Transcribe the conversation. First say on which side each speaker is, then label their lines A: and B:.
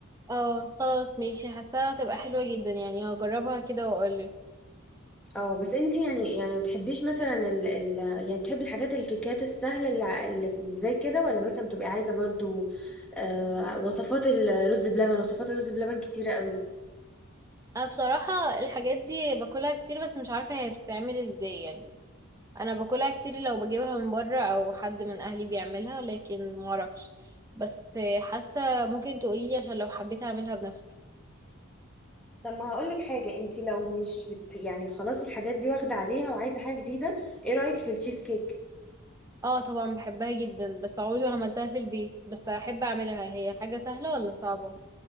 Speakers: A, on the right (about 15°); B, in the centre.
A: اه خلاص ماشي حاساها هتبقى حلوة جدا يعني هجربها كده واقولك
B: اه بس انت يعني يعني ما بتحبيش مثلا ال ال يعني بتحبي الحاجات الكيكات السهله اللي, ع- اللي زي كده ولا مثلا بتبقي عايزه برضو آه وصفات الرز بلبن وصفات الرز بلبن كتيره قوي
A: انا بصراحة الحاجات دي باكلها كتير بس مش عارفة هي بتتعمل ازاي يعني انا باكلها كتير لو بجيبها من بره او حد من اهلي بيعملها لكن معرفش بس حاسة ممكن تقولي عشان لو حبيت اعملها بنفسي
B: طب ما هقولك حاجه انت لو مش بت يعني خلاص الحاجات دي واخده عليها وعايزه حاجه جديده ايه رايك في التشيز كيك
A: اه طبعا بحبها جدا بس عمري ما عملتها في البيت بس احب اعملها هي حاجة سهلة ولا صعبة